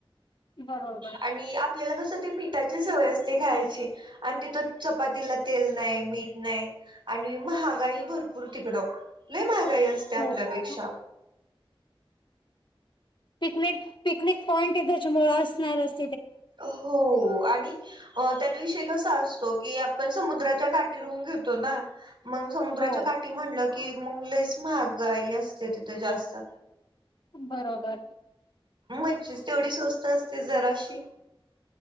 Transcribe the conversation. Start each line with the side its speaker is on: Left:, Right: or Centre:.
Left: बरोबर
Right: आणि आपल्याला कस मिठाची सवय असते खायची आणि तिथ चपातीला तेल नाही मीठ नाही आणि महागाई भरपूर तिकड लय महाग महागाई असते आपल्यापेक्षा.
Left: खूप पिकनिक पिकनिक पॉईंट आहे त्याच्यामुळ असणारच ना.
Right: हो आणि अ त्यात विषय कसा असतो की आपण समुद्राच्या काठी रूम घेतो नाय मग समुद्राच्या
Left: हो
Right: काठी म्हणलं की कि मग लच महागाई असते तिथं जास्त
Left: बरोबर
Right: मच्छीच तेवढी स्वस्थ असते जराशी